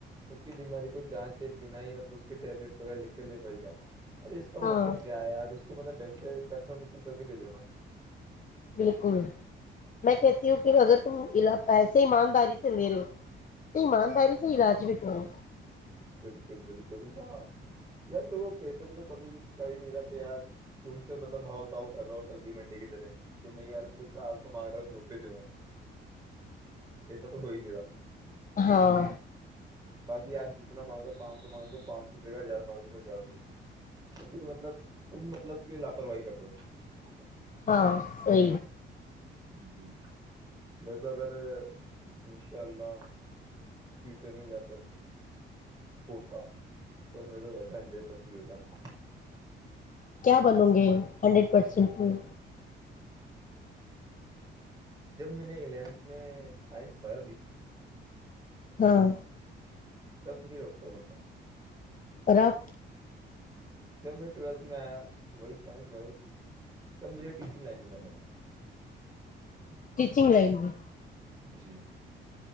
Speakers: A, on the right (about 20°); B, on the left (about 40°).
A: اس کی بیماری کو جانچ ایک بنا ہی مطلب اس کے ٹیبلیٹ وغیرہ لکھ کے لے بھائی جا <unintelligible> ارے اس کا
B: ہاں
A: مطلب کیا ہے یار اس <unintelligible> حکومت ڈ <inaudible> کنفرمیشن کر کے بھیجو نا <unintelligible>
B: بالکل میں کہتی ہوں کہ اگر تم پیسے ایمانداری سے لے رہے ہو <unintelligible> ایمانداری سے علاج بھی کرو <unintelligible>
A: بالکل بالکل ہاں ل وہ <unintelligible> پسے میں تو کمی کر ہی نہیں رہا کہ یار تم سے مطلب بہت <unintelligible> تو کر رہا ہو سبزی منڈی کی طرح میں میں یار میں تو چار سو مانگ رہا ہ دو <unintelligible> پ دا ایسا تو ہوئی نہیں رہا <inaudible>
B: ہاں
A: باقی آپ جتنا مانگ رہو پانچ سو مانگ رہ دو پانچ سو دے گا ہزار مانگ ہزار د پھر مطلب تم مطلب کی لاپرواہی کر رہو ہو
B: ہاں سی
A: جی میں تو اگر انشاء اللہ فیوچر میں جا کر ہوتا تو میں تو ویسے ہنڈریڈ پرسینٹ دیتا تھا
B: کیا بنوں گے ہنڈریڈ پرسینٹ میں
A: جب میں نے الیونتھ میں سائنس بایولوجی تھی
B: ہاں
A: تب بجے ڈکت بن ن تھاا
B: رق
A: جب میں ٹویلتھ میں آیا وہی سائنس بیو س تب مجھے ٹیچنگ لائن میں جانا تھا
B: ٹیچنگ لائن میں
A: جی